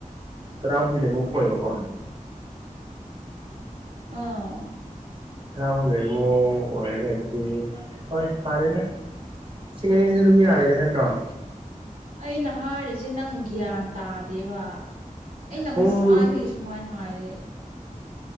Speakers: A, on the right (about 40°); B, on the right (about 75°).
A: ꯇꯔꯥꯍꯨꯝꯗꯣꯏꯃꯨꯛ꯫ ꯈꯣꯏꯕ ꯀꯣ꯫
B: ꯑꯥ꯫
A: <unintelligible> ꯂꯩꯃꯣ ꯑꯣꯏꯔꯒꯗꯤ ꯍꯣꯏ ꯐꯥꯔꯦꯗ꯫ ꯂꯤꯁꯤꯡ ꯑꯅꯤꯁꯨ ꯑꯗꯨꯝ ꯌꯥꯔꯦꯗ ꯅꯠꯇ꯭ꯔꯣ꯫
B: ꯑꯩꯅ ꯍꯥꯏꯔꯤꯁꯦ ꯅꯪ ꯒ꯭ꯌꯥꯟ ꯇꯥꯗꯦꯕ ꯑꯩꯅ
A: ꯄꯨꯡ
B: ꯉꯁ꯭ꯋꯥꯏꯗꯒꯤ꯫ ꯁꯨꯃꯥꯏꯅ ꯍꯥꯏꯔꯦ ꯎꯝ